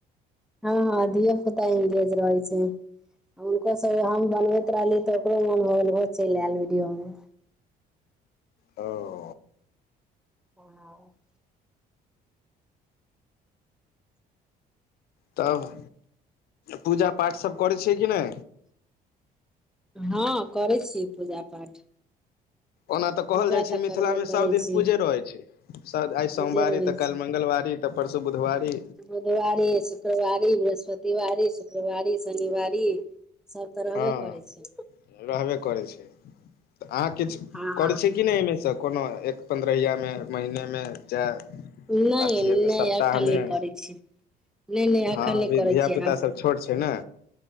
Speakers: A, in the centre; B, on the left.
A: हँ हँ धियो पुता एंगेज रहै छै हुनको सब हम बनबैत रहली तब। <unintelligible> ओहो चलि आयल वीडियोमे।
B: ह ह
A: ओनाउ। <unintelligible>
B: तब पूजा पाठ सब करै छियै कि नै।
A: हँ करै छिये पूजा पाठ।
B: ओना त कहल
A: पूजा
B: जाइ छै
A: तऽ
B: मिथिला
A: करबे
B: मे सब
A: करै
B: दिन
A: छी
B: पूजे रहै छै। सर आइ सोमवारी
A: पूजे रहै
B: तऽ काल्हि
A: छै
B: मंगलवारी तऽ परसू बुधवारी।
A: बुधवारी शुक्रवारी बृहस्पतिवारी शुक्रवारी शनिवारी। सब तऽ रहबे
B: हँ
A: करै छै
B: रहबे करै छै। त अहाँ किछु
A: हँ
B: करै
A: हँ
B: छिय कि नहि एहिमेसँ कोनो एक पन्द्रहियामे महीने मे। मे चे
A: नहि
B: अथियेमे
A: नहि
B: सप्ताहमे।
A: एखन नहि करै छी नहि नहि एखन
B: हँ
A: नहि
B: अभी
A: करै
B: धिया
A: छी
B: पुता
A: आब
B: सब छोट छै ने।